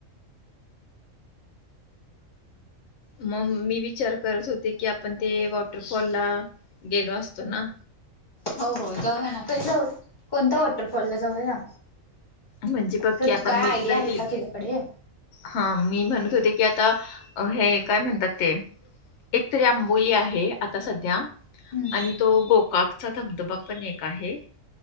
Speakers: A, on the left; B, on the left.
A: मग मी विचार करत होते की, आपण ते वॉटरफॉलला गेलो असतो ना.
B: हो हो जाऊया ना. कधी जाऊया? कोणत्या वॉटरफॉल ला जाऊया?
A: म्हणजे बघ
B: क
A: की आता
B: तू काय
A: मी
B: आयडिया
A: तरी
B: आहे का तुझ्याकडे?
A: हा मी म्हणत होते की आता, हे काय ते? एकतरी आंबोली आहे आता सध्या.
B: हम्म
A: आणि तो गोकाकचा धबधबा पण एक आहे.